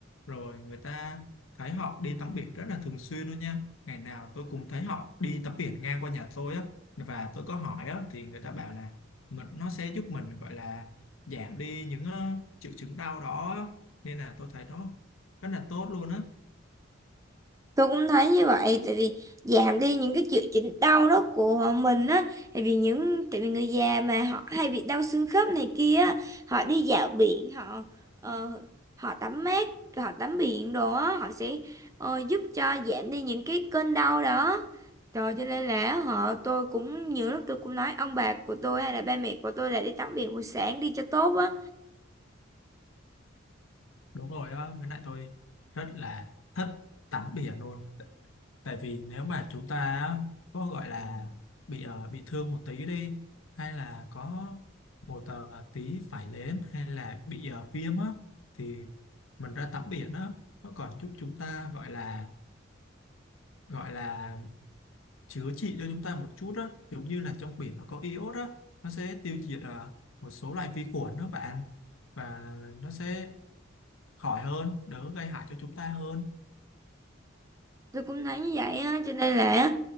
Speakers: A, on the left; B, on the right.
A: rồi người ta thấy họ đi tắm biển rất là thường xuyên luôn nha ngày nào tôi cũng thấy họ đi tắm biển ngang qua nhà tôi á và tôi có hỏi á thì người ta bảo là mình nó sẽ giúp mình gọi là giảm đi những ờ, triệu chứng đau đó á. nên là tôi thấy nó rất là tốt luôn á
B: Tôi cũng thấy như vậy tại vì giảm đi những cái triệu chứng đau đó của mình á tại vì những tại vì người già mà họ hay bị đau xương khớp này kia á, họ đi dạo biển họ ờ, họ tắm mát họ tắm biển đồ á họ sẽ ờ, giúp cho giảm đi những cái cơn đau đó rồi cho nên là họ tôi cũng nhiều lúc tôi cũng nói ông bà của tôi hay là ba mẹ của tôi là đi tắm biển buổi sáng đi cho tốt á
A: đúng rồi đó với lại tôi rất là thích tắm biển luôn T- tại vì nếu mà chúng ta á, có gọi là bị ờ, bị thương một tí đi hay là có một ờ, tí phải lên hay là bị ờ, viêm á thì mình ra tắm biển á nó còn giúp chúng ta gọi là gọi là chữa trị cho chúng ta một chút á giống như là trong biển nó có iốt á nó sẽ tiêu diệt ờ, một số loại vi khuẩn đó bạn và nó sẽ khỏi hơn đỡ gây hại cho chúng ta hơn
B: tôi cũng thấy như vậy á cho nên là